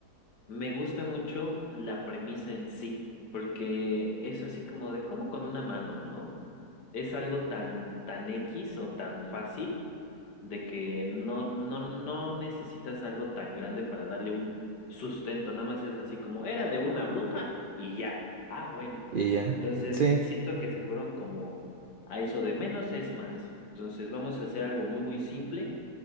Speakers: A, on the left (about 90°); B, on the right (about 85°).
A: me gusta mucho la premisa en sí, porque es así como de cómo con una mano, ¿no? es algo tan, tan X o tan fácil de que no, no, no necesitas algo tan grande para darle un sustento, nada más es así como era de una bruja y ya. Ah, bueno.
B: Y ya.
A: Entonces,
B: Sí.
A: siento que se fueron como a eso de menos es más. Entonces, vamos a hacer algo muy, muy simple,